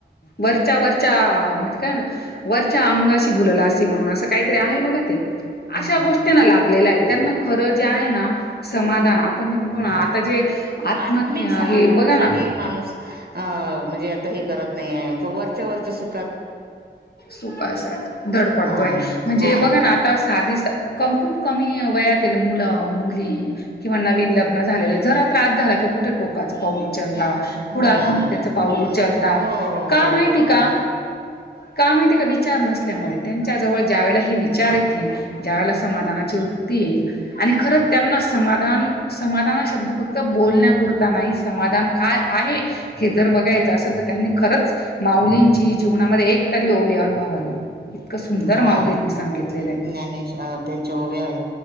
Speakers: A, on the left (about 60°); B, on the right (about 60°).
A: वरच्या वरच्या म काय वरच्या अंगाशी भुललासी, म्हणून असं काहीतरी आहे बघा ते अशा
B: हम् हम
A: गोष्टींना लागलेलं आहे त्यांना खरंच जे आहे ना समाधान आपण जे म्हणतो ना आता जे आत्महत्या
B: आत्मिक समाधानासाठी
A: हे बघा ना
B: माणूस अ म्हणजे आता हे करत नाही आहे वरच्या वरच्या सु
A: सुकासाठी धडपडतोय
B: हा
A: म्हणजे
B: हा
A: बघा ना आता साधी खुप कमी वयातील मुलं मुली किंवा नवीन लग्न झालेले जरा त्रास झा ला की कुठं टोकाचं पाऊल उचलता,
B: हो
A: पुढं आत्महत्येच
B: ना
A: पाऊल उचलता,
B: हो हो
A: का
B: बरोबर
A: माहिती
B: बरोबर
A: का? का माहिती आहे का? विचार नसल्यामुळे त्यांच्या जवळ ज्या वेळेला हे विचार येतील, ज्या वेळेला समाधानाची वृत्ती येईल, आणि खरं त्यांना समाधान, समाधान हा शब्द फक्त बोलण्यापुरता नाहीस समाधान काय आहे हे जर बघायचं असेल तर त्यांनी खरंच माऊलींची जीवनामध्ये एक एक तरी ओवी अनुभवावी. इतकं सुंदर
B: हा
A: माऊलींनी सांगितलेलं आहे
B: ज्ञानेश अ त्यांच्या ओव्या आहेत.